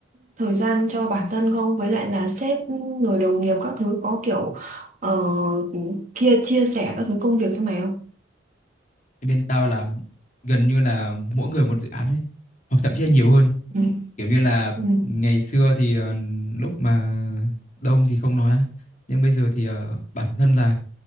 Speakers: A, on the right; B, on the left.
A: thời gian cho bản thân không? Với lại là sếp rồi đồng nghiệp các thứ có kiểu ờ, kia chia sẻ các thứ công việc cho mày không?
B: Thì Bên tao là gần như là mỗi người một dự án ấy hoặc thậm chí là nhiều hơn
A: Ừ.
B: kiểu như là
A: Ừ.
B: ngày xưa thì ờ, lúc mà đông thì không nói á. nhưng bây giờ thì ờ, bản thân là